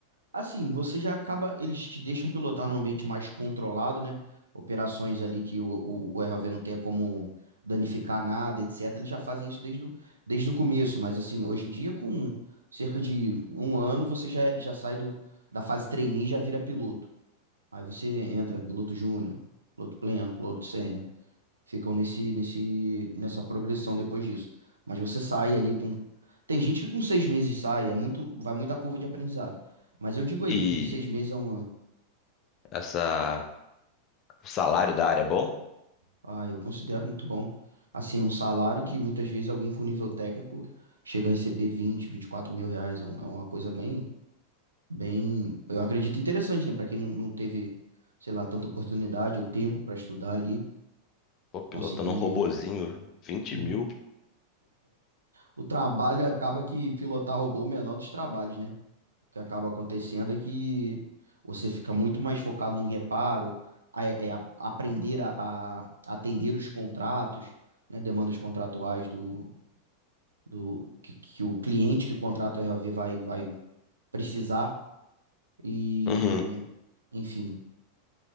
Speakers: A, on the right (about 75°); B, on the left (about 35°).
A: Assim, você já acaba, eles te deixam pilotar num ambiente mais controlado, né? Operações ali que o, o, o ROV não tenha como danificar nada, etc. Eles já fazem isso desde o, desde o começo, mas assim, hoje em dia, com cerca de um ano, você já, já sai do, da fase trainee e já vira piloto. Aí você entra piloto júnior, piloto pleno, piloto sênior ficam nesse, nesse, nessa progressão depois disso. Mas você sai ali com. Tem gente que com seis meses sai, é muito, vai muito a curva de aprendizado. Mas eu digo aí,
B: E
A: entre seis meses a um ano.
B: essa, o salário da área é bom?
A: Ah, eu considero muito bom. Assim, um salário que muitas vezes alguém com nível técnico chega a receber vinte vinte e quatro mil reais. É um- é uma coisa bem, bem, eu acredito interessante, né? Para quem não, não teve, sei lá, tanta oportunidade ou tempo para estudar ali,
B: Pô, pilotando
A: conseguir.
B: um robozinho, 20
A: <laughs>
B: mil.
A: O trabalho acaba que pilotar robô é o menor dos trabalhos, né? O que acaba acontecendo é que você fica muito mais focado no reparo, a- é, é, a- aprender a, a atender os contratos, né, demandas contratuais do, do que, que o cliente que o contrato RLV vai, vai precisar. E,
B: Uhum.
A: enfim,